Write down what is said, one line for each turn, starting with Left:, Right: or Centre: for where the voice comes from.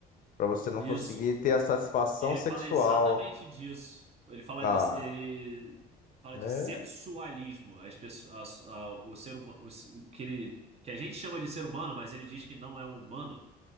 Left: Pra você não
Right: isso.
Left: conseguir ter a satisfação
Right: Ele
Left: sexual.
Right: fala exatamente disso. Ele fala
Left: Ah,
Right: das, ele fala de
Left: é,
Right: sensualismo. As pessoas, a- a- o ser humano, o, se- o que ele, que a gente chama de ser humano, mas ele diz que não é um humano.